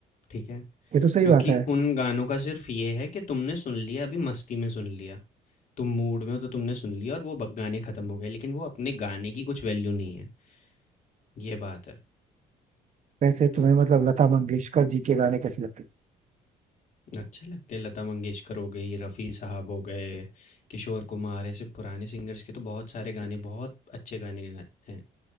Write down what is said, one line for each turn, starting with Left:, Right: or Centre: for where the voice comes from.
Left: ठीक है?
Right: ये तो सही
Left: क्योंकि
Right: बात है
Left: उन गानों का सिर्फ ये है कि तुमने सुन लिया अभी मस्ती में सुन लिया तुम मूड में हो तो तुमने सुन लिया और वो ब- गाने खत्म हो गए लेकिन वो अपने गाने की कुछ वैल्यू नहीं है ये बात है
Right: वैसे
Left: तो
Right: तुम्हें मतलब लता मंगेशकर जी के गाने कैसे लगते हैं
Left: अच्छे लगते हैं लता मंगेशकर हो गई रफ़ी साहब हो गए किशोर कुमार ऐसे पुराने सिंगर्स के तो बहुत सारे गाने बहुत अच्छे गाने गा- हैं